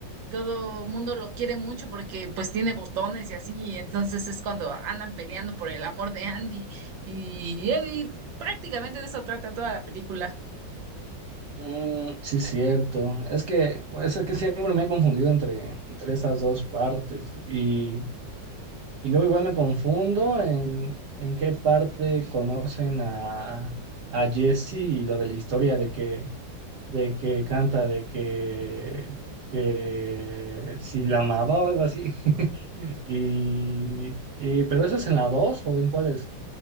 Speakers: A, on the right (about 80°); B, on the right (about 65°).
A: todo mundo lo quiere mucho porque pues tiene botones y así, y entonces es cuando andan peleando por el amor de Andy y Eddie. Prácticamente de eso trata toda la película.
B: Mm, sí, cierto. Es que, es que siempre me he confundido entre, entre esas dos partes. Y, y luego igual me confundo en, en qué parte conocen a, a Jesse y lo de la historia de que de que canta, de que, que si la amaba o algo así. <laughs> Y, y- pero eso es en la 2 o en cuál es.